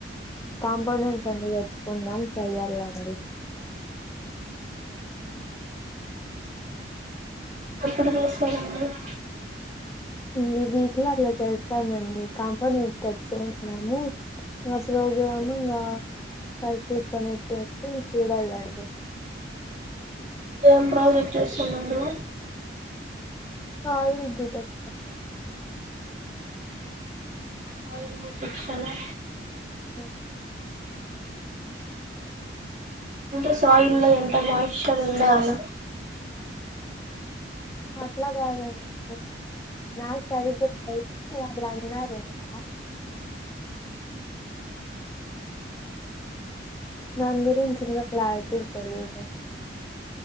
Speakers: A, on the left; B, on the right.
A: కాంపనెంట్స్ అన్ని తెచ్చుకుందాం చెయ్యాల అండి
B: ఎప్పుడు నమస్తా ఉన్నారున్నారు
A: అీ వీట్ లో అలా చేస్తామండి క ఇస్తాచ్చసన్నాము ఆ ప్రోగ్రాము ఇంగ <unintelligible> చెత్తే చూడాలండి
B: ఏం ప్రాజెక్ట్ చేస్సున్న బ్రో
A: సయిల్ డిటెక్షన్
B: సాయిల్ డిటెక్షనా
A: అ
B: అంటె సాయిల్లో ఎంత మాయిశ్చర్ ఉంద అన
A: అట్లాగాదండి నాక్ సరిగ్గా తెలదు అల అన్నారు ఇంకా దని గురించి ఇంగా క్లారిటీ తెలిదు